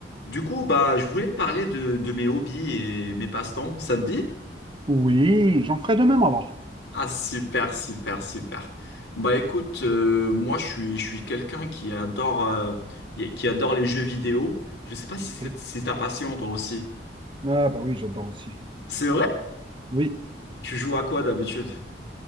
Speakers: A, on the left; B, on the right.
A: Du coup, bah, je voulais te parler de, de mes hobbies et mes passe-temps. Ça te dit?
B: Oui, j'en ferai de même alors.
A: Ah, super, super, super. Bah, écoute, euh, moi, je suis, je suis quelqu'un qui adore, euh, qui adore les jeux vidéo. Je sais pas si c'est
B: Ok.
A: si ta passion, toi aussi.
B: Ah bah oui, j'adore aussi.
A: C'est vrai?
B: Oui.
A: Tu joues à quoi d'habitude?